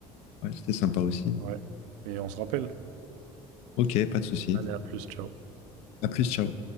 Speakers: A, on the left (about 65°); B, on the right (about 75°).
A: ouais, c'était sympa aussi.
B: Ouais. Et on se rappelle.
A: Ok, pas de souci.
B: Allez, à plus, ciao.
A: À plus, ciao.